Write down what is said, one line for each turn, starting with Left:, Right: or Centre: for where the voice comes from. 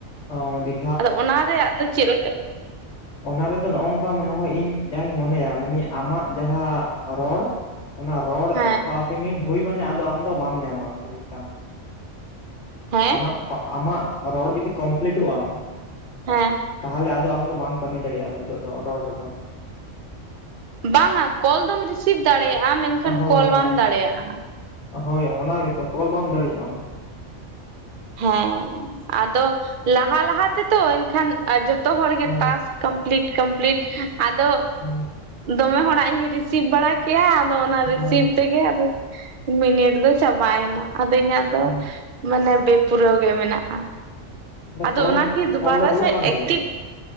Left: ᱚᱻ ᱟᱹᱰᱤ
Right: ᱟᱫᱚ ᱚᱱᱟ ᱨᱮᱭᱟᱜ ᱫᱚ ᱪᱮᱫ ᱞᱮᱠᱟ?
Left: ᱚᱱᱟ ᱨᱮᱫᱚ ᱱᱚᱜ-ᱚᱝᱠᱟ ᱢᱚᱱᱮ ᱦᱚᱭ ᱤᱧ ᱡᱟᱦᱟᱧ ᱢᱚᱱᱮᱭᱟ ᱢᱟᱱᱮ ᱟᱢᱟᱜ ᱡᱟᱦᱟᱸ ᱨᱚᱲ ᱚᱱᱟ ᱨᱚᱲ
Right: ᱦᱮᱸ
Left: ᱮᱠᱥᱚ ᱟᱥᱤ ᱢᱤᱱᱤᱴ ᱦᱩᱭ ᱢᱟᱱᱮ ᱟᱫᱚ ᱟᱢ ᱫᱚ ᱵᱟᱢ ᱧᱟᱢᱟ ᱥᱮ ᱪᱮᱫ ᱞᱮᱠᱟ?
Right: ᱦᱮᱸ
Left: ᱟᱢᱟᱜ, ᱟᱢᱟᱜ ᱨᱚᱲ ᱡᱩᱫᱤ ᱠᱚᱢᱯᱞᱤᱤᱴᱚᱜ-ᱟ
Right: ᱦᱮᱸ
Left: ᱛᱟᱦᱞᱮ ᱟᱫᱚ ᱟᱢ ᱫᱚ ᱵᱟᱢ ᱠᱟᱹᱢᱤ ᱫᱟᱲᱮᱭᱟᱜ-ᱟ ᱱᱤᱛᱚᱜ ᱫᱚ ᱨᱚᱲ ᱨᱮᱫᱚ᱾
Right: ᱵᱟᱝᱟ ᱠᱚᱞ ᱫᱚᱢ ᱨᱤᱥᱤᱵᱷ ᱫᱟᱲᱮᱭᱟᱜ-ᱟ ᱢᱮᱱᱠᱷᱟᱱ
Left: ᱦᱳᱭ
Right: ᱠᱚᱞ
Left: ᱦᱳᱭ
Right: ᱵᱟᱢ ᱫᱟᱲᱮᱭᱟᱜ-ᱟ᱾
Left: ᱦᱳᱭ, ᱚᱱᱟ ᱜᱮᱛᱚ ᱠᱚᱞ ᱵᱟᱢ ᱫᱟᱲᱮᱭᱟᱜ-ᱟᱢ᱾
Right: ᱦᱮᱸ, ᱟᱫᱚ ᱞᱟᱦᱟ ᱞᱟᱦᱟ ᱛᱮᱛᱚ ᱮᱱᱠᱷᱟᱱ ᱡᱚᱛᱚ ᱦᱚᱲ ᱜᱮ
Left: ᱦᱳᱭ
Right: ᱛᱟᱥ ᱠᱚᱢ ᱯᱞᱤᱴ ᱠᱚᱢᱯᱞᱤᱴ ᱟᱫᱚ
Left: ᱦᱳᱭ
Right: ᱫᱚᱢᱮ ᱦᱚᱲᱟᱜ ᱤᱧ ᱨᱤᱥᱤᱵᱷ ᱵᱟᱲᱟ ᱠᱮᱜ-ᱟ, ᱟᱫᱚ ᱚᱱᱟ ᱨᱤᱥᱤᱵᱽ
Left: ᱦᱳᱭ
Right: ᱛᱮᱜᱮ ᱟᱫᱚ ᱢᱤᱱᱤᱴ ᱫᱚ ᱪᱟᱵᱟᱭᱮᱱᱟ᱾ ᱟᱫᱚ ᱤᱧᱟᱹᱜ ᱫᱚ
Left: ᱦᱳᱭ
Right: ᱢᱟᱱᱮ ᱵᱮᱯᱩᱨᱟᱹᱣ ᱜᱮ ᱢᱮᱱᱟᱜ-ᱟ᱾ ᱟᱫᱚ
Left: ᱠᱚᱞ
Right: ᱚᱱᱟᱠᱤ ᱫᱩᱵᱟᱨᱟ
Left: ᱠᱚᱞ ᱫᱚ ᱵᱚᱞᱚᱜ
Right: ᱥᱮ
Left: ᱠᱟᱱ ᱜᱮᱭᱟ
Right: ᱮᱠᱴᱤᱵᱷ